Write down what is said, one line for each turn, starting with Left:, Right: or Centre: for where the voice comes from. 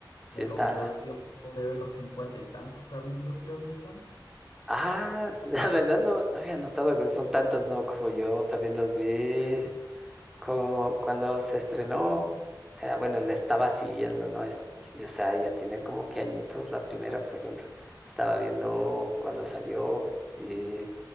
Centre: sí
Left: me
Centre: está.
Left: tomé todo el tiempo de ver los cincuenta y tantos capítulos, creo que son.
Centre: Ah, <laughs> la verdad no, no había notado que son tantos, ¿no? Como yo también los vi. co- cuando se estrenó, o sea, bueno, la estaba siguiendo, ¿no? Es, sí, o sea, ya tenía como que añitos la primera, por ejemplo. Estaba viendo cuando salió y